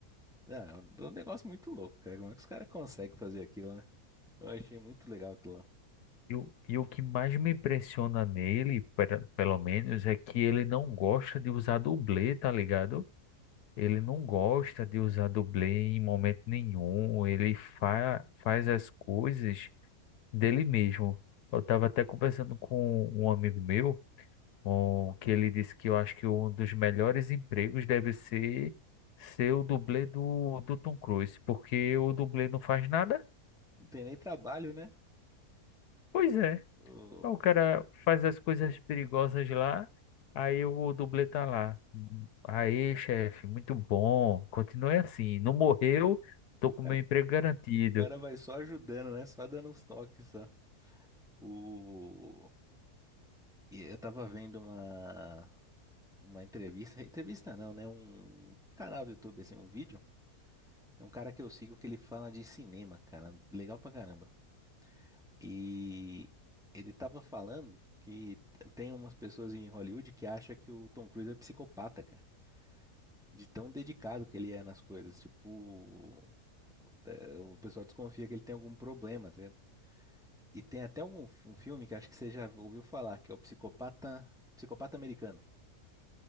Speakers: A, in the centre; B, on the left (about 80°).
A: Ah, É um é um negócio muito louco, cara. Como é que os caras conseguem fazer aquilo, né? Eu achei muito legal aquilo lá.
B: E, o- e o que mais me impressiona nele, pera- pelo menos, é que ele não gosta de usar dublê, tá ligado? Ele não gosta de usar dublê em momento nenhum. Ele fa faz as coisas dele mesmo. Eu estava até conversando com um amigo meu, um, que ele disse que eu acho que um dos melhores empregos deve ser ser o dublê do, do Tom Cruise, porque o dublê não faz nada.
A: Não tem nem trabalho, né?
B: Pois é.
A: O, o
B: O cara faz as coisas perigosas lá, aí o dublê tá lá. Aí, chefe, muito bom. Continue assim. Não morreu, tô com
A: cara,
B: meu emprego garantido.
A: o cara vai só ajudando, né? Só dando uns toques, só. O, e eu tava vendo uma, uma entrevista, entrevista não, né? Um canal do YouTube, assim, um vídeo É um cara que eu sigo que ele fala de cinema, cara. Legal pra caramba. E ele tava falando que tem umas pessoas em Hollywood que acham que o Tom Cruise é psicopata, cara. De tão dedicado que ele é nas coisas. Tipo, da- o pessoal desconfia que ele tem algum problema, tá vendo? E tem até algum fi- um filme que acho que você já ouviu falar, que é o Psicopata, Psicopata Americano,